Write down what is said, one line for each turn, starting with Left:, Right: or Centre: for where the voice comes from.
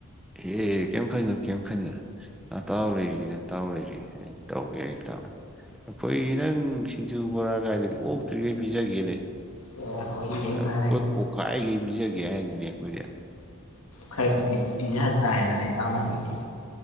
Centre: <unintelligible> ꯀꯦꯝ ꯈꯟꯒꯅꯨ ꯀꯦꯝ ꯈꯟꯒꯅꯨ ꯅꯇꯥꯎ ꯂꯩꯔꯤ ꯅꯇꯥꯎ ꯂꯩꯔꯤ ꯑꯩ ꯇꯧꯒꯦ ꯑꯩ ꯇꯧ ꯑꯈꯣꯢ ꯅꯪ ꯁꯤꯡꯖꯨ ꯕꯣꯔꯥ ꯒꯥꯏꯗꯨꯗꯤ ꯑꯣꯛꯇ꯭ꯔꯤꯒꯩ ꯄꯤꯖꯒꯦꯅꯦ <unintelligible>
Left: ꯑꯦ ꯍꯣꯏ ꯌꯦꯡ ꯇꯥꯔꯦ
Centre: ꯄꯨꯛ ꯄꯣꯛꯈꯥꯏꯒꯩ ꯄꯤꯖꯒꯦ ꯍꯥꯏꯅꯤꯅꯦ ꯑꯩꯈꯣꯏꯗꯤ
Left: ꯈꯔꯗꯤ ꯄꯤ ꯄꯤꯖ ꯇꯔꯦꯗꯅ ꯏꯇꯥꯎꯅ ꯍꯌꯦꯡꯗꯤ